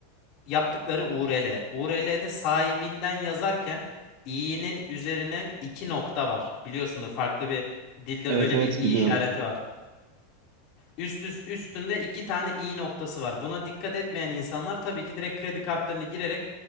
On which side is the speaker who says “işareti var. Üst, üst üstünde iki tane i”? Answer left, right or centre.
Left